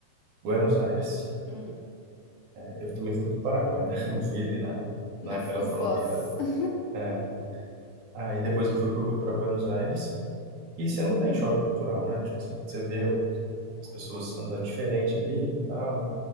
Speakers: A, on the right; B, on the left.
A: Buenos Aires.
B: Hum.
A: Eu também fui para o Paraguai, né? <laughs> Eu fui ali na, naquela
B: Na, f- em
A: fronteira.
B: Foz. <laughs>
A: É. Aí depois eu fui para Buenos Aires. E você não tem choque cultural, né? Tipo assim, você vê os- as pessoas andando diferente ali e tal.